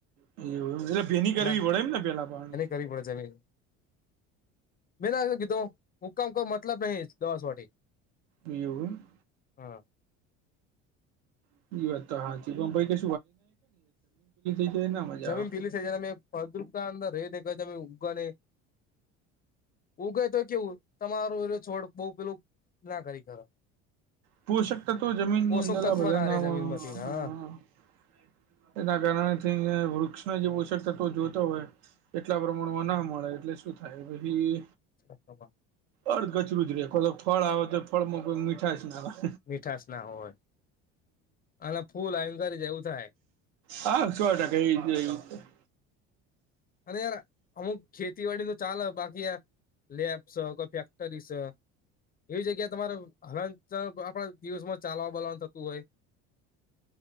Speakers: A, on the right; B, on the left.
A: <unintelligible>
B: અને
A: ને પેલા પાણી
B: <unintelligible> <unintelligible>
A: એવું એમ
B: હા
A: <unintelligible> થઈ જાય ના મજા
B: જમીન
A: આવે
B: પીલી તમે ફળદ્રુપતા અંદર રહી ને તમે <unintelligible> ઉગય તો કેવું તમારું છોડ બહુ પેલું ના કરી કર
A: પોશક તત્વો જમીન
B: પોષક
A: ની અંદર
B: તત્વ
A: બધાનામાં
B: ના રે જમીન માંથી
A: <unintelligible>
B: હા
A: એના કારણે થી વૃક્ષના જે પોષક તત્વો જોતા હોય એટલા પ્રમાણમાં ના મળે એટલે શું થાય પછી
B: <unintelligible>
A: અર્ધ કચરું જ રે કોદા ફળ આવે તો ફળમાં કોઈ મીઠાસ ના આવે.
B: મીઠશ ના હોય અને ફૂલ આવીને ગરી જાય એવું થાય.
A: હા સો ટકા એ જ <unintelligible>
B: અને યાર અમુક ખેતીવાડી તો ચાલે બાકી યાર લેબસ કોઈ ફેક્ટરીસ એવી જગ્યા તમારે હલન આપણા દિવસમાં ચાલવા બાલવા થતું હોય